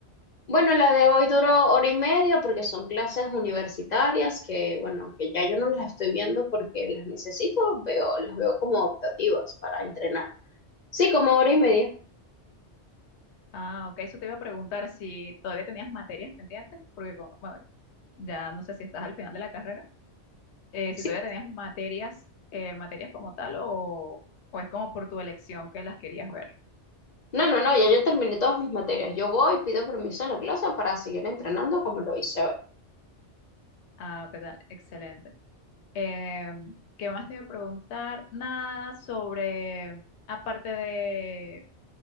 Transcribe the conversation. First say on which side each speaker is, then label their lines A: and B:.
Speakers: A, on the left; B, on the left.
A: Bueno, la de hoy duró hora y media porque son clases universitarias que, bueno, que ya yo no las estoy viendo porque las necesito, veo, las veo como optativas para entrenar. Sí, como hora y media.
B: Ah, ok, eso te iba a preguntar si todavía tenías materias pendientes, porque como- bueno, ya no sé si estás al final de la carrera, eh,
A: Sí.
B: si todavía tenías materias, eh, materias como tal o, o es como por tu elección que las querías ver.
A: No, no, no, ya yo terminé todas mis materias. Yo voy, pido permiso en la clase para seguir entrenando como lo hice hoy.
B: Ah, qué tal, excelente. Em, ¿qué más te iba a preguntar? Nada sobre, aparte de